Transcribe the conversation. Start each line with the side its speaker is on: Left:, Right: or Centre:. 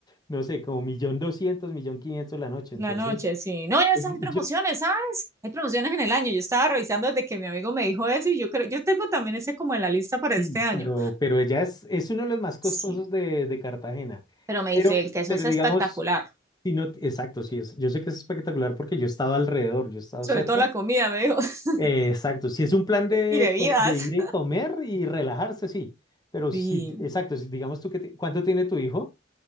Left: no sé, como millón doscientos, millón quinientos la noche,
Right: La
Left: entonces,
Right: noche, sí. No, ya ves,
Left: eh,
Right: hay promociones,
Left: yo,
Right: ¿sabes? Hay promociones en el año. Yo estaba revisando desde que mi amigo me dijo eso y yo creo, yo tengo también ese como en la lista para
Left: sí,
Right: este año.
Left: pero, pero ella es, es uno de los más costosos
Right: Sí.
Left: de, de Cartagena,
Right: Pero me
Left: pero,
Right: dice, el queso
Left: pero
Right: es
Left: digamos,
Right: espectacular.
Left: si no, exacto, sí, es, yo sé que es espectacular porque yo he estado alrededor, yo he estado
Right: Sobre
Left: cerca,
Right: todo la comida, me dijo. <laughs>
Left: Eh, exacto, si es un plan de,
Right: Y bebidas.
Left: co- de ir y comer y relajarse, sí, pero sí,
Right: Sí,
Left: exacto, si digamos tú que, ti- ¿cuánto tiene tu hijo?